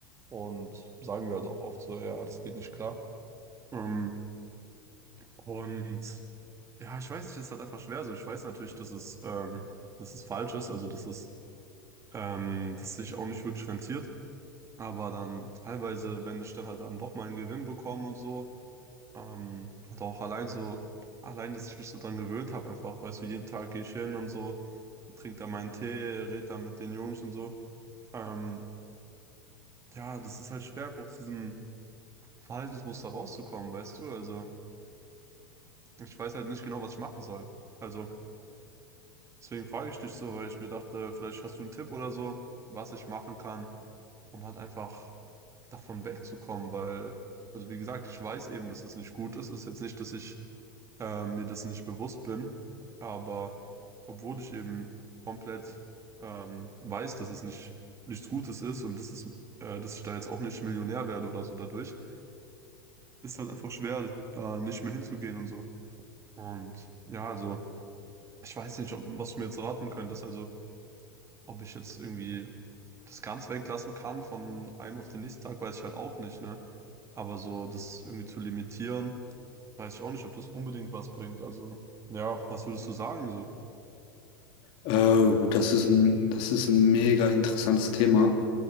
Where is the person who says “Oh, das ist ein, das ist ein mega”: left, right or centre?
Left